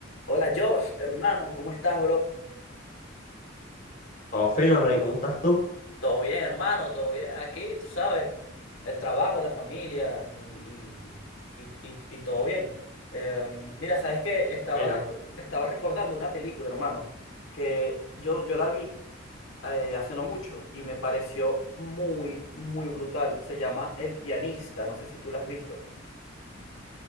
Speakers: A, on the left; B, on the left.
A: Hola Josh, hermano, ¿cómo estás, bro?
B: Todo fino, Rey, ¿cómo estás tú?
A: Todo bien, hermano, todo bien. Aquí, tú sabes, el trabajo, la familia y, y, y, y- y todo bien. Em, mira, sabes que estaba,
B: Mira,
A: reco- estaba recordando una película, hermano, que yo, yo la vi eh, hace no mucho y me pareció muy, muy brutal. Se llama El Pianista, no sé si tú la has visto.